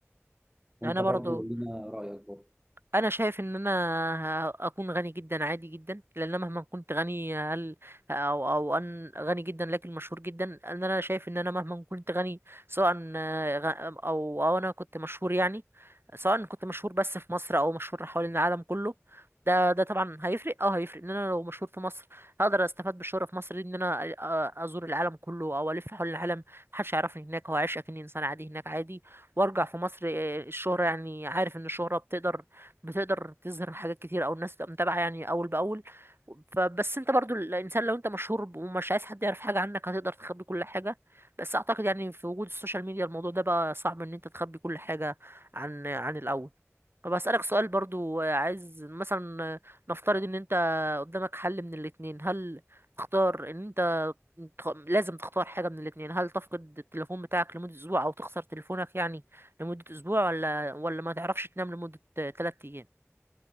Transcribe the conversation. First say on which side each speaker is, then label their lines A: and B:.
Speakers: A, on the right; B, on the right.
A: وانت
B: انا
A: برضو
B: برضو
A: قول لنا رايك برضو
B: انا شايف ان انا ه- اكون غني جدا عادي جدا لان أنا مهما كنت غني هل او او ان غني جدا لكن مشهور جدا ان انا شايف ان انا مهما كنت غني سواء آه، غ- او او انا كنت مشهور يعني سواء كنت مشهور بس في مصر او مشهور حوالين العالم كله ده ده طبعا هيفرق اه هيفرق ان انا لو مشهور في مصر هقدر استفاد بالشهرة في مصر دي ان انا أ- أ- ازور العالم كله او الف حول العالم محدش يعرفني هناك هو عايش اكني انسان عادي هناك عادي وارجع في مصر آه، الشهرة يعني عارف ان الشهرة بتقدر بتقدر تظهر حاجات كتير او الناس تبقى متابعه يعني اول باول فبس انت برضو الانسان لو انت مشهور ب- ومش عايز حد يعرف حاجه عنك هتقدر تخبي كل حاجه بس اعتقد يعني في وجود السوشيال ميديا الموضوع ده بقى صعب ان انت تخبي كل حاجه عن عن الاول طب اسالك سؤال برضو آه، عايز مثلا آه، نفترض ان انت قدامك حل من الاتنين هل تختار ان انت تخ- لازم تختار حاجه من الاتنين هل تفقد التليفون بتاعك لمده اسبوع او تخسر تليفونك يعني لمده اسبوع ولا ولا ما تعرفش تنام لمده 3 ايام